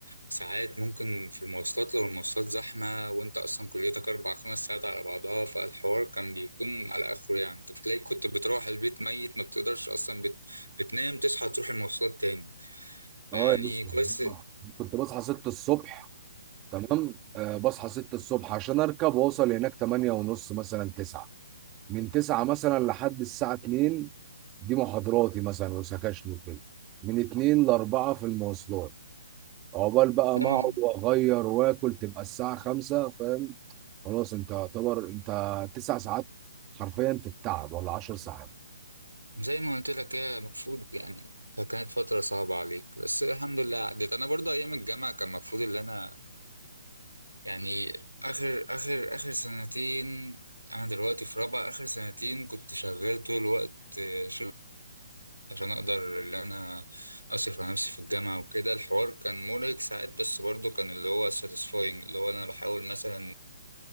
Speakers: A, on the right; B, on the right.
A: ساعات ممكن في المواصلات لو المواصلات زحمه وانت اصلا كليتك اربع خمس ساعات على بعضها فالحوار كان بيكون على اخره يعني انت بتلاقي كنت بتروح البيت ميت ما بتقدرش اصلا بت... بتنام تصحى تروح المواصلات تاني فيعني
B: اه يا اسطى
A: كويس
B: آه. كنت بصحى 6 الصبح تمام آه بصحى 6 الصبح عشان اركب واوصل هناك 8 ونص مثلا 9 من 9 مثلا لحد الساعه 2 دي محاضراتي مثلا وسكاشن وكده من 2 ل 4 في المواصلات عقبال بقى
A: دايما
B: ما اقعد واغير واكل تبقى الساعه 5 فاهم خلاص انت يعتبر انت 9 ساعات حرفيا في التعب ولا 10 ساعات
A: زي ما قلت لك هي المفروض يعني فكانت فترة صعبة عليك بس الحمد لله عدت أنا برضه أيام الجامعة كان المفروض إن أنا يعني آخر آخر آخر سنتين أنا دلوقتي في رابعة آخر سنتين كنت شغال طول الوقت آه، شغل عشان أقدر إن أنا أصرف على نفسي في الجامعة وكده الحوار كان مرهق ساعات بس برضه كان اللي هو ساتيسفاينج اللي هو أنا بحاول مثلا